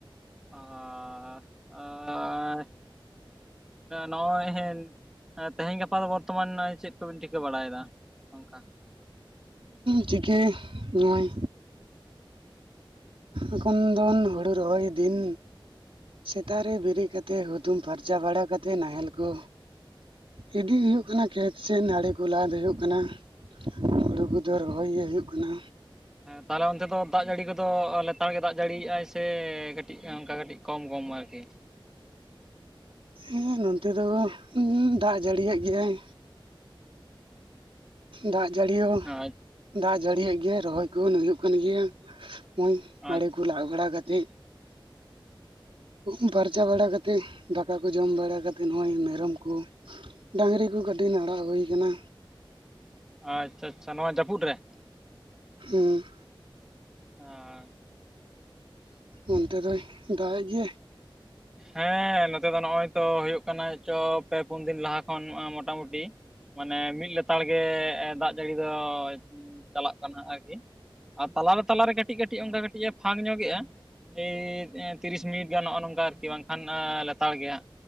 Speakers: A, in the centre; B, on the right (about 80°).
A: ᱟᱟ <unintelligible> ᱱᱚᱭ <unintelligible> ᱛᱮᱦᱮᱧ ᱜᱟᱯᱟ ᱫᱚ ᱵᱚᱨᱛᱚᱢᱟᱱ ᱪᱮᱫ ᱠᱚᱵᱤᱱ ᱴᱷᱤᱠᱟᱹ ᱵᱟᱲᱟᱭ ᱮᱫᱟ? ᱱᱚᱝᱠᱟ
B: ᱪᱤᱠᱟᱹᱭ ᱱᱟᱭ? ᱮᱠᱷᱚᱱ ᱫᱚᱱ ᱦᱩᱲᱩ ᱨᱚᱦᱚᱭ ᱫᱤᱱ ᱥᱮᱛᱟᱜ ᱨᱮ ᱵᱤᱨᱤᱫ ᱠᱟᱛᱮ ᱛᱮ ᱦᱩᱛᱩᱢ ᱯᱷᱟᱨᱪᱟ ᱵᱟᱲᱟ ᱠᱟᱛᱮ ᱱᱟᱦᱮᱞ ᱠᱚ ᱤᱰᱤ ᱦᱩᱭᱩᱜ ᱠᱟᱱᱟ ᱠᱷᱮᱛ ᱥᱮᱫ ᱟᱹᱲᱤ ᱠᱩ ᱞᱟᱜᱽ ᱦᱩᱭᱩᱜ ᱠᱟᱱᱟ ᱦᱩᱲᱩ ᱛᱚ ᱟᱨ ᱨᱚᱦᱚᱭ ᱜᱮ ᱦᱩᱭᱩᱜ ᱠᱟᱱᱟ
A: ᱛᱟᱦᱞᱮ ᱚᱱᱛᱮ ᱫᱚ ᱫᱟᱜ ᱡᱟᱹᱲᱤ ᱠᱚᱫᱚ ᱞᱮᱛᱟᱲ ᱜᱮ ᱫᱟᱜ ᱡᱟᱹᱲᱤᱭᱮᱜᱟᱭ ᱥᱮᱻ ᱚᱱᱠᱟ ᱠᱟᱹᱴᱤᱡ ᱠᱚᱢ ᱠᱚᱢ ᱟᱨᱠᱤ
B: ᱦᱮᱸ ᱱᱚᱱᱛᱮ ᱫᱚ ᱩᱸᱻ ᱫᱟᱜ ᱡᱟᱹᱲᱤᱭᱮᱜ ᱜᱮᱭᱟᱭ ᱫᱟᱜ ᱡᱟᱹᱲᱤᱭ ᱦᱚᱸ
A: ᱟᱪ
B: ᱫᱟᱜ ᱡᱟᱹᱲᱤᱭᱟᱜ ᱜᱮᱭᱟᱭ ᱨᱚᱦᱚᱭ ᱠᱚ ᱦᱩᱭᱩᱜ ᱠᱟᱱ ᱜᱮᱭᱟ ᱱᱚᱜ
A: ᱟᱪ
B: ᱟᱲᱮ ᱠᱚ ᱞᱟᱜᱽ ᱵᱟᱲᱟ ᱠᱟᱛᱮ ᱩᱢ ᱯᱷᱟᱨᱪᱟ ᱵᱟᱲᱟ ᱠᱟᱛᱮ, ᱫᱟᱠᱟ ᱠᱚ ᱡᱚᱢ ᱵᱟᱲᱟ ᱠᱟᱛᱮ, ᱱᱚᱜᱼᱚᱭ ᱢᱮᱨᱚᱢ ᱠᱚ ᱰᱟᱸᱜᱨᱤ ᱠᱚ ᱠᱟᱹᱴᱤᱱ ᱟᱲᱟᱜ ᱦᱩᱭ ᱠᱟᱱᱟ
A: ᱟᱪᱪᱷᱟ ᱟᱪᱪᱷᱟ ᱱᱚᱣᱟ ᱡᱟᱹᱯᱩᱫ ᱨᱮ
B: ᱦᱩᱸ
A: ᱟᱟᱻ
B: ᱚᱱᱛᱮ ᱫᱚᱭ ᱫᱟᱜᱽ ᱮᱫ ᱜᱮᱭ-ᱟ?
A: ᱦᱮᱸ ᱱᱚᱛᱮ ᱫᱚ ᱱᱚᱜᱼᱚᱭ ᱛᱚ ᱦᱩᱭᱩᱜ ᱠᱟᱱᱟ ᱪᱚ ᱯᱮ ᱯᱩᱱ ᱫᱤᱱ ᱞᱟᱦᱟ ᱠᱷᱚᱱ ᱢᱚᱴᱟᱢᱩᱴᱤ ᱢᱟᱱᱮ ᱢᱤᱫ ᱞᱮᱛᱟᱲ ᱜᱮ ᱫᱟᱜ ᱡᱟᱹᱲᱤ ᱫᱚ ᱪᱟᱞᱟᱜ ᱠᱟᱱᱟ ᱟᱨᱠᱤ᱾ ᱟᱨ ᱛᱟᱞᱟ ᱨᱮ ᱫᱚ ᱛᱟᱞᱟᱨᱮ ᱠᱟᱹᱴᱤᱡ ᱠᱟᱹᱴᱤᱡ ᱚᱱᱠᱟ ᱠᱟᱹᱴᱤᱡᱼ ᱮ ᱯᱷᱟᱸᱠ ᱧᱚᱜᱮᱜᱼᱟ ᱮᱭ ᱛᱤᱨᱤᱥ ᱢᱤᱱᱤᱴ ᱜᱟᱱ ᱱᱚᱜᱼᱚᱭ ᱱᱚᱝᱠᱟ ᱠᱤ ᱵᱟᱝᱠᱷᱟᱱ ᱞᱮᱛᱟᱲ ᱜᱮᱭᱟ,